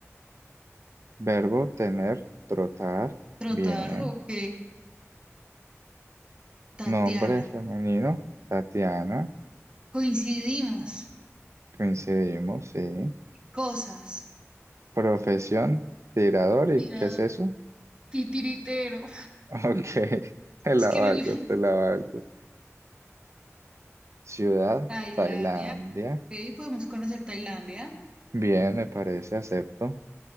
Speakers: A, on the right; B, on the right.
A: verbo, tener, trotar,
B: Trotar,
A: bien.
B: ok. Tatiana.
A: Nombre femenino, Tatiana.
B: Coincidimos.
A: Coincidimos, sí.
B: Cosas.
A: Profesión, tirador. ¿Y
B: Tirador.
A: qué es eso? <laughs>
B: Titiritero.
A: Ok, te la
B: Es que
A: valgo,
B: no le- <laughs>
A: te la valgo. Ciudad,
B: Tailandia.
A: Tailandia.
B: Ok, podemos conocer Tailandia.
A: Bien, me parece, acepto.